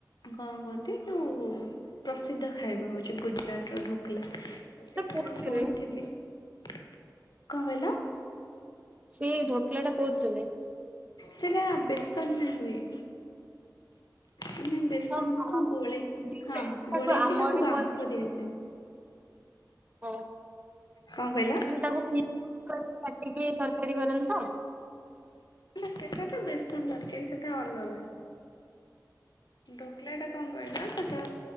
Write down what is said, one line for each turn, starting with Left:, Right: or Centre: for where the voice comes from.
Left: କଣ କୁହନ୍ତି ଯୋଉ ପ୍ରସିଦ୍ଧ ଖାଇବା ହଉଛି ଗୁଜୁରାଟର ଢୋକଲା।
Right: ସେଟା
Left: ସେଇଟା
Right: କୋଉଥିରେ
Left: ଶୁଣିଥିଲି
Right: ହୁଏ?
Left: କଣ କହିଲ।
Right: ସେ ଧୋକିଲା ଟା କହୁଥିରେ ହୁଏ।
Left: ସେଟା ବେଚନା ହୁଏ। ମାନେ ବେସନକୁୁ
Right: ହଁ ହଁ
Left: ଗୋଳେଇକ
Right: ସୁଜି
Left: ହଁ
Right: ହୁଏ।
Left: ଗୋଳେଇକି
Right: ଆମ
Left: ତାକୁ
Right: ଆଡେ
Left: ବାମ୍ଫ
Right: କୁହନ୍ତି
Left: ଦିଆଯାଏ।
Right: ହ
Left: କଣ କହିଲ?
Right: ମାନ ତାକୁ ପିଶି କାଟିକି ତରକାରୀ କରନ୍ତୁ ତ।
Left: ନା ସେଟା ତ ବେଶନ ତରକାରୀ ସେଟା ଅଲଗା। ଡୋକଲା ଟା କଣ କହିଲ ସେଟା